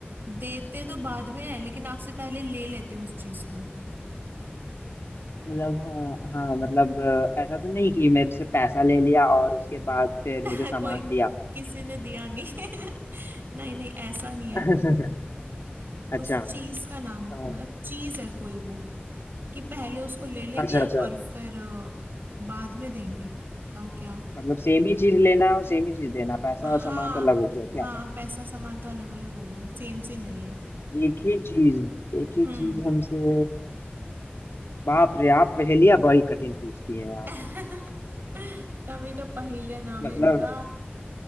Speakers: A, on the right; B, on the left.
A: देते तो बाद में है लेकिन आपसे पहले ले लेते हैं उस चीज को
B: मतलब हाँ हाँ मतलब अ, ऐसा तो नहीं कि मेरे से पैसा ले लिया और उसके बाद फिर
A: <laughs>
B: मुझे सामान
A: कोई
B: दिया
A: किसी ने दिया नहीं <laughs> नहीं नहीं ऐसा नहीं है
B: <laughs> अच्छा
A: उस चीज का नाम
B: अ,
A: मतलब चीज है कोई वो कि पहले उसको ले लेंगे
B: अच्छा अच्छा
A: और फिर अ, बाद में देंगे बताओ क्या
B: मतलब सेम ही चीज लेना और सेम ही चीज देना पैसा
A: हाँ
B: और सामान तो अलग हो गया क्या
A: हाँ पैसा सामान तो अलग अलग हो गया सेम सेम है ये
B: एक ही चीज एक ही
A: हम्म
B: चीज हमसे बाप रे आप पहेलियां बड़ी कठिन पूछती हैं यार
A: <laughs> तभी तो पहेलिया नाम
B: मतलब
A: है इनका